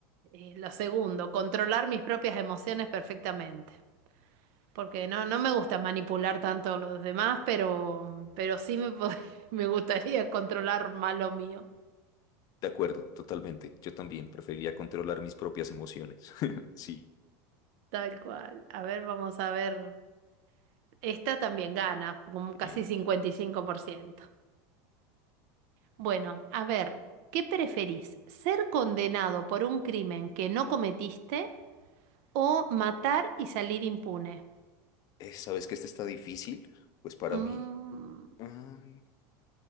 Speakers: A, on the right; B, on the left.
A: Eh, lo segundo, controlar mis propias emociones perfectamente. Porque no, no me gusta manipular tanto a los demás, pero, pero sí me, pod- <laughs> me gustaría controlar más lo mío.
B: De acuerdo, totalmente. Yo también preferiría controlar mis propias emociones. <laughs> Sí.
A: Tal cual. A ver, vamos a ver. Esta también gana, como
B: Sí.
A: casi cincuenta y cinco por ciento Bueno, a ver, ¿qué preferís? ¿Ser condenado por un crimen que no cometiste o matar y salir impune?
B: Eh, ¿sabes que este está difícil? Pues para
A: Mm,
B: mí. Mm,